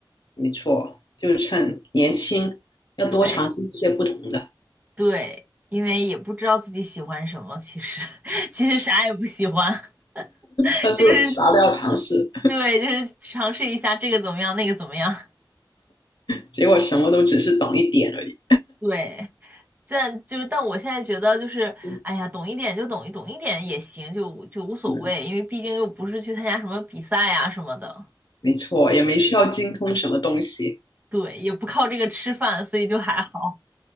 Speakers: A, on the left (about 60°); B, on the right (about 20°).
A: 没错，就是趁年轻要多尝试一些不同的，
B: 对对，因为也不知道自己喜欢什么，其实 <laughs> 其实啥也不喜欢，<laughs>
A: 但是啥都要尝试，
B: 就是对，就是尝试一下这个怎么样，那个怎么样。
A: 结果什么都只是懂一点而已。
B: 对，这就是，但我现在觉得就是，
A: 嗯
B: 哎呀，懂一点就懂一懂一点也行，就就无所谓，
A: 嗯，
B: 因为毕竟又不是去参加什么比赛啊什么的，
A: 没错，也没需要精通什么东西。
B: 对，也不靠这个吃饭，所以就还好。